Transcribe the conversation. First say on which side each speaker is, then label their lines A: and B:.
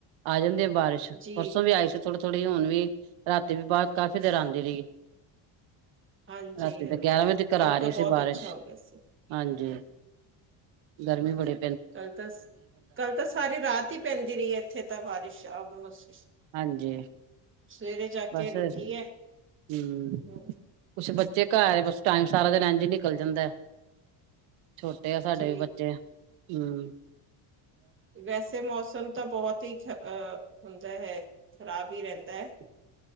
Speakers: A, on the right (about 70°); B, on the right (about 25°).
A: ਆਜੰ ਦੇ ਬਾਰਿਸ਼
B: ਜੀ।
A: ਪਰਸੋਂ ਵੀ ਆਈ ਸੀ, ਥੋੜੀ ਥੋੜ੍ਹੀ ਹੁਣ ਵੀ। ਰਾਤੀ ਵੀ ਬਾਦ ਕਾਫ਼ੀ ਦੇਰ ਆੰਦੀ ਰਈ ਏ।
B: ਹਾਂਜੀ-ਹਾਂਜੀ,
A: ਰਾਤੀ ਤੇ ਗਿਆਰਾਂ ਵਜੇ ਤਿਕਰ
B: ਕੱਲ
A: ਆ
B: ਤਾਂ
A: ਰੀਸੀ
B: ਬਹੁਤ
A: ਬਾਰਸ਼।
B: ਅੱਛਾ ਹੋ ਗਿਆ ਸੀ।
A: ਹਾਂਜੀ। ਗਰਮੀ ਬੜੇ
B: ਕੱਲ ਤਸ ਕੱਲ ਤਾਂ ਸਾਰੀ ਰਾਤ ਹੀ ਪੈਂਦੀ ਰਹੀ ਏ, ਐਥੇ ਤਾਂ ਬਾਰਿਸ਼ ਆਲਮੌਸਟ।
A: ਹਾਂਜੀ
B: ਸਵੇਰੇ ਜਾ ਕੇ
A: ਬਸ
B: ਰੁਕੀਐ।
A: ਹਮ
B: ਹੂੰ।
A: ਕੁਛ ਬੱਚੇ ਘਰ ਏ ਬਸ ਟਾਈਮ ਸਾਰਾ ਦੇਨ ਐੰਝ ਈ ਨਿਕਲ ਜਾਂਦੈ। ਛੋਟੇ ਆ ਸਾਡੇ
B: ਜੀ
A: ਵੀ ਬੱਚੇ। ਹੂੰ।
B: ਵੈਸੇ ਮੌਸਮ ਤਾਂ ਬਹੋਤ ਹੀ ਖਹ ਅ ਹੁੰਦਾ ਹੈ, ਖ਼ਰਾਬ ਹੀ ਰੈੰਦੈ।